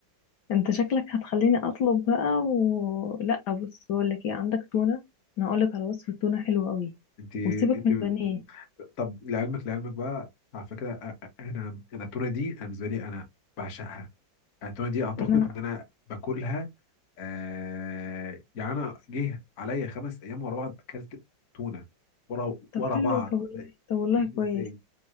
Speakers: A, on the left (about 65°); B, on the left (about 50°).
A: انت شكلك هتخليني اطلب بقى و... لا بص بقول لك ايه عندك تونه انا هقول لك على وصفه تونه حلوه قوي
B: انت
A: وسيبك
B: انت
A: من البانيه
B: طب لعلمك لعلمك بقى على فكره أ- أ- انا انا التونه دي انا بالنسبه لي انا بعشقها أنا التونه دي اعتقد
A: ما انا
B: ان انا باكلها آه يعني انا جه عليا خمس ايام ورا بعض اكلت تونه ورا
A: طب
B: ورا
A: حلو
B: بعض
A: طب والله طب والله
B: مش ازاي
A: كويس